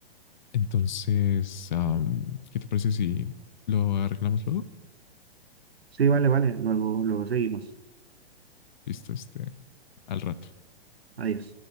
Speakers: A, on the left; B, on the right.
A: Entonces, am, ¿qué te parece si lo arreglamos luego?
B: Sí, vale, vale, luego, luego seguimos.
A: Listo, este, al rato.
B: Adiós.